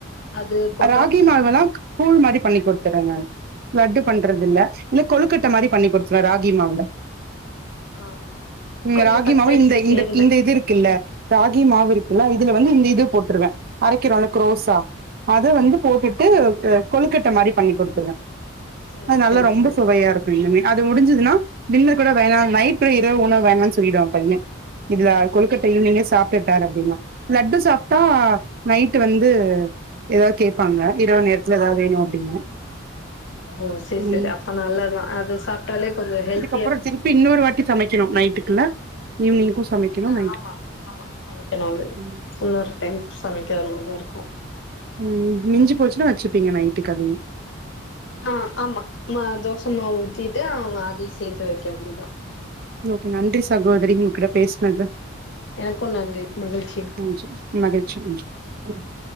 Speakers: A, on the left; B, on the right.
A: அது போட்டா
B: ராகி மாவெல்லா கூழ் மாரி பண்ணி குடுத்துடுங்க லட்டு பண்றதுல்ல இல்ல கொழுக்கட்ட மாரி பண்ணி குடுத்துருலா ராகி மாவுல
A: ஆ
B: இந்த
A: கொஞ்சோ
B: ராகிமாவு
A: பச்சரிசி
B: இந்த இந்த
A: சேந்து
B: இந்த இது இருக்குல்ல ராகி மாவு இருக்குல்ல இதுல வந்து இந்த இது போட்ருவ அரக்கிறோல க்ரோசா அத வந்து போட்டுட்டு
A: ஆமா
B: கொழுக்கட்ட மாரி பண்ணி் குடுத்துருவ
A: சேரி
B: அது நல்லா
A: சேரி
B: ரொம்ப
A: சேரி
B: சுவையா இருக்கு இனிமே அது முடிஞ்சுதுன்னா திண்ண கூட வேணா நைட் இரவு உணவு வேணான் சொல்லிடுவா பைய இதுல கொழுக்கட்ட ஈவ்னிங்கே சாப்டுட்டார் அப்டின்னா லட்டு சாப்டா நைட்டு வந்து ஏதாது கேப்பாங்க இரவு நேரத்துல ஏதாது வேணு அப்டின்னு
A: ஓ சேர்
B: ம்
A: சேரி அப்ப நல்லதா அது சாப்ட்டாலே கொஞ்சோ ஹெல்
B: அப்றோ திருப்பி இன்னொரு வாட்டி சமைக்கணு நைட்டுக்கு ல்ல ஈவ்னிங்க்கு சமைக் சமைக்கணு
A: ஆ ஆமா ஆமா சமைக்கணு அது
B: ம்
A: இன்னொரு டைம் சமைக்கிறதுல்லதா இருக்கு
B: ம் மிஞ்சு போச்சுன்னா வச்சிப்பீங்க நைட்டுக்கு அதயு
A: ஆ ஆமா ம தோச மாவு ஊத்திட்டு அவங்க அதயு சேத்து வைக்க வேண்டிதா
B: ஓகே நன்றி சகோதரி உங்ககிட்ட பேசுனது
A: எனக்கு நன்றி மகிழ்ச்சி
B: நன்றி மகிழ்ச்சி ம் <unintelligible>